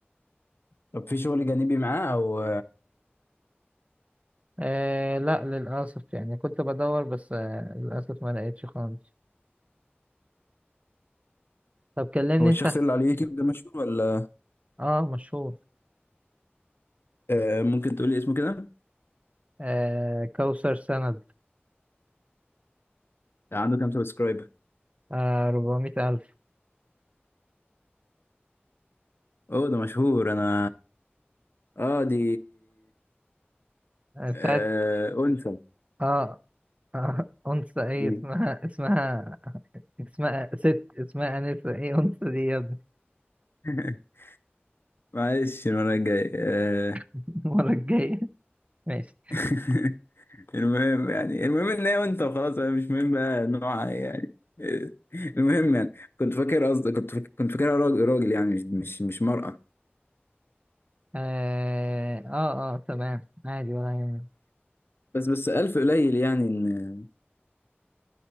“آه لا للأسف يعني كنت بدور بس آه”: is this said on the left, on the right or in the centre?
Right